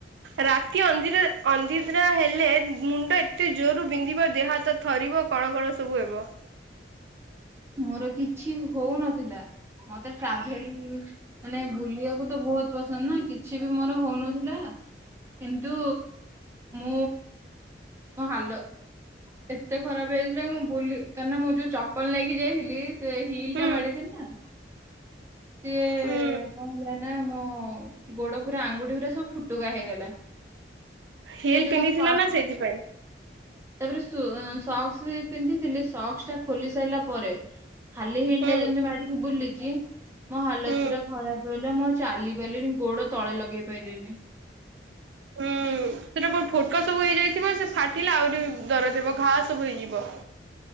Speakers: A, on the right; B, on the right.
A: ରାତି ଅନ୍ଧି ଅନିଦ୍ରାହେଲେ ମୁଣ୍ଡ ଏତେ ଜୋର ବିନ୍ଧିବ, ଦେହ ହାତ ଥରିବ, କଣ କଣ ସବୁ ହେବ।
B: ମୋର କିଛି ହୋଉନଥିଲା, ମତେ ଟ୍ରାଭେଲ ମାନେ ବୁଲିଆକୁ ତ ବହୁତ ପସନ୍ଦ ନା, କିଛି ବି ମୋର ହୋଉନଥିଲା କିନ୍ତୁ ମୁଁ ମୋ ହାଲତ, ଏତେ ଖରାପ ହେଇଥିଲା ମୁଁ ବୁଲି କାହିଁକି ନା ମୁଁ ଯୋଉ ଚପଲ ନେଇ କି ଯାଇଥିଲି ସେ ହିଲ୍
A: ହୁଁ
B: ଟା ମାଡିଥିଲି ନାଁ। ସିଏ
A: ହୁଁ
B: କଣ ହେଲା ନା, ମୋ ଗୋଡ ପୁରା ଆଙ୍ଗୁଠି ଗୁରା ପୁରା ସବୁ ଫୁ ଫୁଟୁକା ହେଇଗଲା,
A: ହିଲ୍
B: ସେଇଠି
A: ପିନ୍ଧିଥିଲ
B: ଗୋଟେ ପା
A: ନା ସେଇଥିପାଇଁ
B: ତାପରେ ସକ୍ସ ବି ପିନ୍ଧିଥିଲି, ସକ୍ସ ଟା ଖୋଲି ସାରିଲା ପରେ ଖାଲି ହିଲ୍
A: ହୁଁ
B: ଟା ଯେମିତି ମାଡିକି ବୁଲିଛି ମୋ ହାଲତ
A: ହୁଁ
B: ପୁରା ଖରାପ ହେଲା ମୁଁ ଚାଲି ପାରିଲିନି ଗୋଡ ତଳେ ଲଗେଇ ପାଈଲିନି।
A: ହୁଁ ସେଟା ଫୋଟକା ସବୁ ହେଇଯାଇଥିବ ସେ ଫାଟିଲେ ଆହୁରି ଦର ଥବ ଘା ସବୁ ହେଇଯିବ।